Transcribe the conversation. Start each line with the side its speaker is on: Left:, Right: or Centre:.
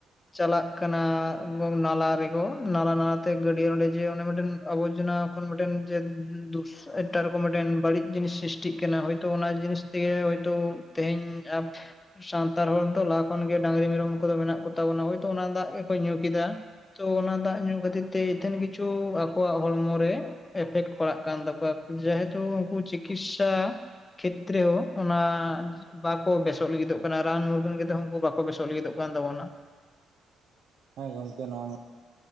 Left: ᱪᱟᱞᱟᱜ ᱠᱟᱱᱟ᱾ ᱱᱟᱞᱟ ᱨᱮᱠᱚ, ᱱᱟᱞᱟ ᱱᱟᱞᱟᱛᱮ ᱜᱟᱹᱰᱭᱟᱹ ᱚᱸᱰᱮ ᱡᱮ ᱚᱱᱮ ᱢᱤᱫᱴᱮᱱ ᱟᱵᱚᱨᱡᱚᱱᱟ ᱠᱷᱚᱱ ᱢᱤᱴᱮᱱ ᱡᱮ ᱫᱩᱥᱼᱼ ᱮᱴᱟᱜ ᱨᱚᱠᱚᱢ ᱢᱤᱴᱮᱱ ᱵᱟᱹᱲᱤᱡ ᱡᱤᱱᱤᱥ ᱥᱨᱤᱥᱴᱤᱜ ᱠᱟᱱᱟ ᱾ᱦᱚᱳᱭᱛᱳ ᱚᱱᱟ ᱡᱤᱱᱤᱥ ᱛᱮᱜᱮ ᱦᱚᱳᱭᱛᱳ ᱛᱮᱦᱮᱧ <unintelligible> ᱥᱟᱱᱛᱟᱲ ᱦᱚᱲ ᱛᱚ, ᱞᱟᱦᱟ ᱠᱷᱚᱱ ᱜᱮ ᱰᱟᱺᱝᱨᱤ ᱢᱮᱨᱚᱢ ᱠᱚᱫᱚ ᱢᱮᱱᱟᱜ ᱠᱚᱛᱟ ᱵᱚᱱᱟ᱾ ᱦᱳᱭᱛᱚ ᱚᱱᱟ ᱫᱟᱜ ᱜᱮᱠᱚ ᱧᱩ ᱠᱮᱫᱟ᱾ ᱛᱚ ᱚᱱᱟ ᱫᱟᱜ ᱧᱩ ᱠᱷᱟᱹᱛᱤᱨ ᱛᱮ ᱤᱛᱷᱮᱱ ᱠᱤᱪᱷᱩ ᱟᱠᱚᱣᱟᱜ ᱦᱚᱲᱢᱚᱨᱮ ᱮᱯᱷᱮᱠᱴ ᱯᱟᱲᱟᱜ ᱠᱟᱱ ᱛᱟᱠᱚᱣᱟ᱾ ᱡᱮᱦᱮᱛᱩ ᱩᱱᱠᱩ ᱪᱤᱠᱤᱥᱥᱟ ᱠᱷᱮᱛᱨᱮ ᱳ ᱚᱱᱟᱼᱼ ᱵᱟᱠᱚ ᱵᱮᱥᱚᱜ ᱞᱟᱹᱜᱤᱫᱚᱜ ᱠᱟᱱᱟ᱾ ᱨᱟᱱ ᱢᱩᱨᱜᱟᱹᱱ ᱠᱟᱛᱮᱜ ᱦᱚᱸ ᱩᱱᱠᱩ ᱵᱟᱠᱚ ᱵᱮᱥᱚᱜ ᱞᱟᱹᱜᱤᱫᱚᱜ ᱠᱟᱱ ᱛᱟᱵᱚᱱᱟ᱾
Right: ᱦᱮᱸ ᱜᱚᱝᱠᱮ ᱱᱚᱣᱟ ᱢᱟᱼᱼ